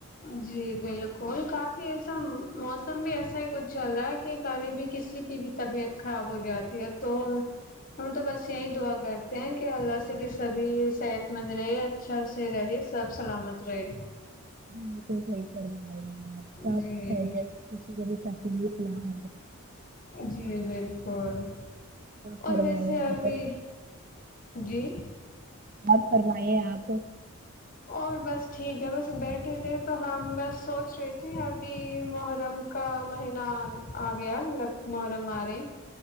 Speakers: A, on the left (about 40°); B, on the right (about 40°).
A: جی بالکل کافی ایسا موسم بھی ایسا ہی کچھ چل رہا ہے کہ کبھی بھی کسی کی بھی طبیعت خراب ہو جاتی ہے تو ہم تو بس یہی دعا کرتے ہیں کہ اللہ سے کہ سبھی صحت مند رہے اچھا سے رہے سب سلامت رہے
B: مالکل صحیح پڑ رہے ہیں آپپہ
A: جی
B: ج کسیری ستی سلام
A: جی بالکل اور
B: فرمائیے
A: ویسے یہ
B: آپ
A: ابھی جی
B: اور فرمے آپ
A: اور بس ٹھیک ہے بس بیٹھے تھے تو ہم بس سوچ رہے تھے ابھی محرم کا مہینہ آ گیا محرم آ رہے